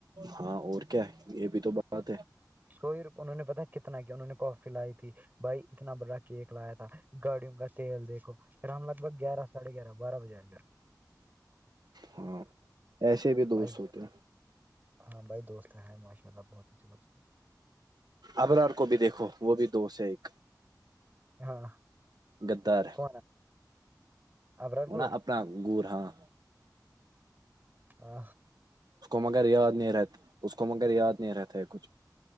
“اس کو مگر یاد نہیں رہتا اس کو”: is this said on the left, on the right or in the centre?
Right